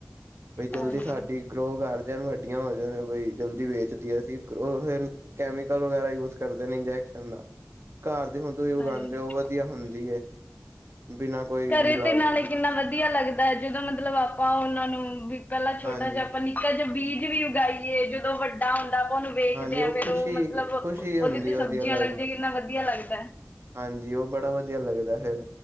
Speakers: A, on the right; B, on the left.
A: ਬਈ ਜਲਦੀ
B: ਹਾਂਜੀ,
A: ਸਾਡੀ ਗਰੋ ਕਰ ਜਾਣ, ਵੱਡੀਆਂ ਹੋ ਜਾਣ ਬਈ ਜਲਦੀ ਵੇਚਦੀਏ ਅਸੀਂ ਗਰੋ ਫਿਨ ਕੈਮਿਕਲ ਵਗੈਰਾ ਯੂਜ਼ ਕਰ ਇੰਜੈਕਸ਼ਨ ਦਾ, ਘਰ ਦੀ ਹੁਣ ਤੁਈ ਉਗਾਂਦੇ
B: ਹਾਂਜੀ।
A: ਓ, ਓ ਵਧੀਆ ਹੁੰਦੀ ਐ। ਬਿਨਾਂ ਕੋਈ
B: ਘਰੇ
A: ਮਿਲਾਵਟੀ
B: ਤੇ ਨਾਲੇ ਕਿੰਨਾ ਵਧੀਆ ਲੱਗਦਾ ਐ। ਜਦੋਂ ਮਤਲਬ ਆਪਾਂ ਓਨਾਂ ਨੂੰ ਵੀ ਪੈਲਾਂ ਛੋਟਾ
A: ਹਾਂਜੀ
B: ਜਿਆ ਆਪਾਂ ਨੀ ਜੇ ਅੱਜ ਬੀਜ ਵੀ ਉਗਾਈਏ ਜਦੋਂ ਵੱਡਾ ਹੁੰਦਾ ਆਪਾਂ ਓਨੂੰ ਵੇਖਦੇ
A: ਹਾਂਜੀ ਉਹ
B: ਆਂ ਫਿਰ
A: ਖੁਸ਼ੀ
B: ਓ ਮਤਲਬ
A: ਖੁਸ਼ੀ ਹੁੰਦੀ
B: ਓਦੇ ਤੇ
A: ਉਹਦੀ
B: ਸਬਜ਼ੀਆਂ
A: ਅਲੱਗ
B: ਲੱਗਦੀਆਂ ਕਿੰਨਾ ਵਧੀਆ ਲੱਗਦਾ ਐ।
A: ਹਾਂਜੀ, ਓ ਬੜਾ ਵਧੀਆ ਲੱਗਦਾ ਫਿਰ।